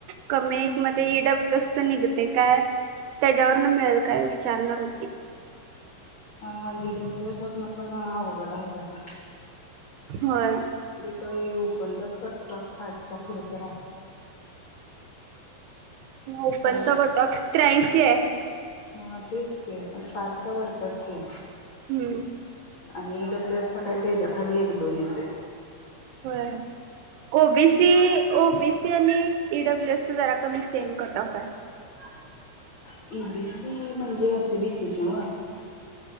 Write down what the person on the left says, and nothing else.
हा ईडब्ल्यूएस वरनं पण अवघड हाय जरा
तर ओपनचाच कटऑफ साठच्या पुढचा
आहे.
हा तेच की पण साठचा वरचाच की
आणि एडब्ल्यूएस काय तेच्या खाली एक दोन येतेय.
<unintelligible> ईबीसी सी म्हणजे <unintelligible> बीसीच नव्हं